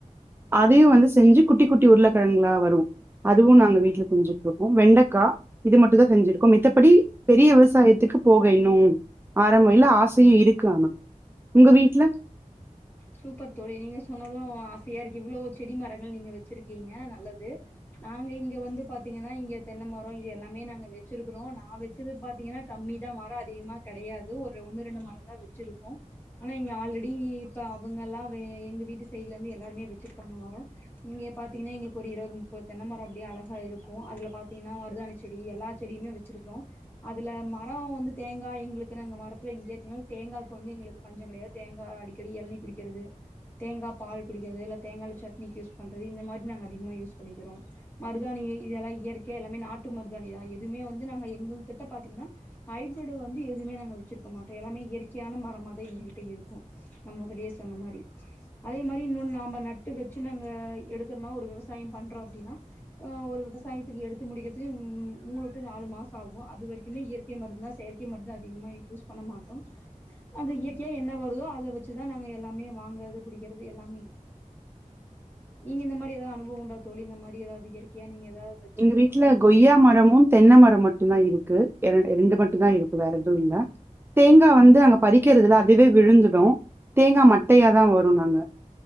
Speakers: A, on the right; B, on the left.
A: அதயும் வந்து செஞ்சு குட்டி குட்டி உருளைக்கிழங்கங்களா வரும் நாங்க வீட்ல கொஞ்சி இருக்கும் வெண்டக்காஇது மட்டும் தான் செஞ்சிரு <inaudible> இப்படி பெரிய விவசாயத்துக்கு போக இன்னும் ஆரம்பம் இல்ல ஆசயும் இருக்கு ஆனா உங்க வீட்ல
B: சூப்பர் தோலி நீங்க சொன்னதும் ஆசையா இருக்கு இவ்ளோ செடி மரங்கள் நீங்க வச்சிருக்கீங்க நல்லது நாங்க இங்க வந்து பாத்தீங்கன்னா இங்க தென்ன மரோம் இது எல்லாமே நாங்க வச்சிருக்கிறோம் நான் வச்சது பாத்தீங்கன்னா கம்மிதான் மரம் அதிகமா கெடையாது ஒரு ஒண்ணு ரெண்டு மரம தான் வச்சிருப்போம் ஆனா இங்க ஆல்ரெடி இப்தா அவுங்கலாவே எங்க வீட்டு சைட்ல இருந்து எல்லாருமே வச்சிருக்காங்க மரோம் இங்கே பாத்தீங்கன்னா எங்களுக்கு ஒரு இருவது முப்பது தென்ன மரோம் அப்டியே அழகா இருக்கும் அதுல பாத்தீங்கன்னா மருதாணி செடி எல்லா செடியுமே வச்சுருக்கிறோம் அதுல மரம் வந்து தேங்கா எங்களுக்கு நாங்க மரத்து இங்கே இருக்காலும் தேங்காயக்கு வந்து எங்களுக்கு பஞ்சம் கிடையாது தேங்காய் அடி அடிக்கடி எளுநிர் குடிக்கிறது தேங்காய் பால் குடிக்கிறது இல்ல தேங்காய்ல சட்னிக்கு யூஸ் பண்றது இந்த மாரி நாங்க அதிகமா யூஸ் பண்ணிக்கிறோம் மருதாணி இதெல்லாம் இயற்கை எல்லாமே நாட்டு மருதாணிதான் எதுவுமே வந்து நாங்க எங்க கிட்ட பாத்தீங்கன்னா ஐப்ரெட் வந்து எதுவுமே நாங்க வச்சிருக்க மாட்டோம் எல்லாமே இயற்கையான மரமாதான் எங்க கிட்ட இருக்கும் நா முதலேயே சொன்ன மாரி அதே மாரி இன்னொன்னு நாம நட்டு வச்சு நாங்க எடுக்கறோனா ஒரு விவசாயம் பண்றோம் அப்டின்னா ஹ ஒரு விவசாயத்துக்கு எடுத்து முடிக்கிறதுக்கு மூணு டு நாலு மாசோம் ஆகும் அது வரைக்குமே இயற்கை மருந்து தான் செயற்கை மருந்த அதிகமா யூஸ் பண்ண மாட்டோம் அந்த இயற்கையா என்ன வருதோ அத சிஸ்டர் நாங்க எல்லாமே வாங்கறது புடிக்கிறது எல்லாமே நீங்க இந்த மாரி ஏதாவது அனுபவம் உண்டா தோலி இந்த மாரி ஏதாவது இயற்கையா நீங்க ஏதாவது வச்சு
A: எங்க
B: வளத்தி
A: வீட்ல கொய்யா மரமும் தென்ன மரோம் மட்டும் தான் இருக்கு இருக்கு ரெண்டு மட்டும் தான் இருக்கு வேற எதுவும் இல்ல தேங்கா வந்து அங்க பறிக்கிறதுல அதுவே விழுந்துடும் தேங்கா மட்டையாதான் வருநாங்க